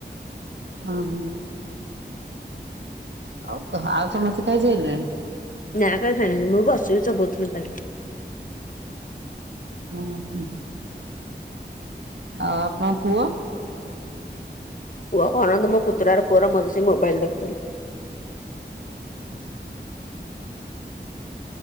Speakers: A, on the right; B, on the left.
A: ଓହୋ, ଆଉ କହ ଆଉ ସମସ୍ତେ ଖାଇ ସାଇଲେଣି?
B: ନା ଖାଇସାରିଲେଣି ମୁଁ ବିସିଛି ଚୋବଉ ଥିଲି ଖାଲି।
A: ହୁଁ ହଁ ଆଉ ଆପଣଙ୍କ ପୁଅ?
B: ପୁଅ କଣ ମୋ ପୁତୁରାର ପୁଅର ଭଲସେ ମୋବାଇଲ ଦେଖୁିଛନ୍ତି।
A: ଓ ହୋ।